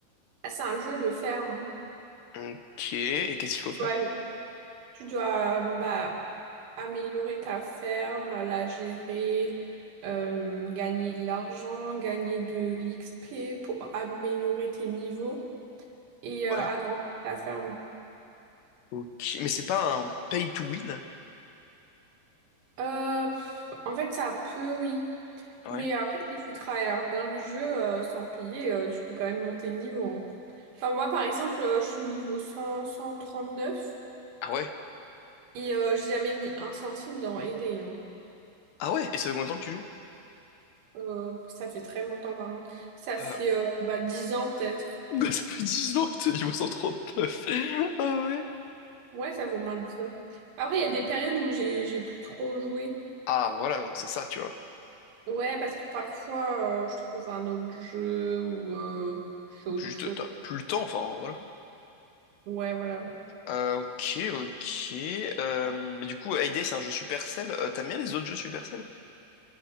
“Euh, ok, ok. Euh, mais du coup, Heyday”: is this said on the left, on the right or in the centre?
Left